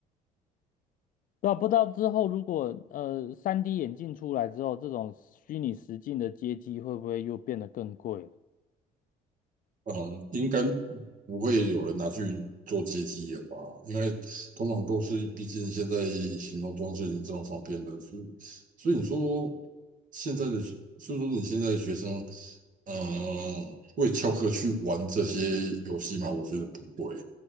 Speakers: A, on the left; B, on the right.
A: 对啊，不知道之后如果呃 3D 眼镜出来之后，这种虚拟实境的街机会不会又变得更贵了？
B: 嗯，应该不会有人拿去做街机了吧？因为通常都是，毕竟现在行动装置已经这么方便了，所以所以你说现在的，所以说你现在的学生，嗯，会翘课去玩这些游戏吗？我觉得不会。